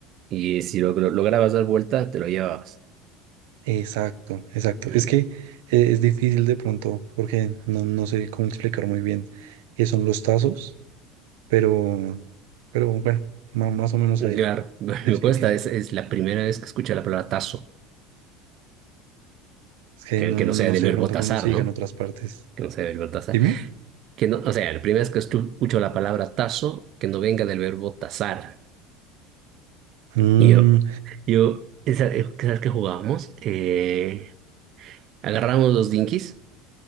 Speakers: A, on the right; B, on the right.
A: Y si lo, lo lograbas dar vuelta, te lo llevabas.
B: Exacto, exacto.
A: Mm,
B: Es que eh, es difícil de pronto porque no, no sé cómo explicar muy bien qué son los tazos, pero, pero bueno, ma- más o menos ahí
A: Claro, <laughs> me
B: te expliqué.
A: cuesta. Es, es la primera vez que escucho la palabra tazo,
B: Es que
A: eh,
B: no,
A: que
B: no
A: no sea del
B: sé
A: verbo
B: de pronto
A: tazar,
B: cómo se
A: ¿no?
B: digan otras partes.
A: Que no sea del verbo tazar.
B: Dime.
A: Que no, o sea, la primera vez que estu- escucho la palabra tazo, que no venga del verbo tazar.
B: Mm,
A: Y yo, yo, esa, eh, ¿sabes qué jugábamos? Eh, agarramos los dinkies,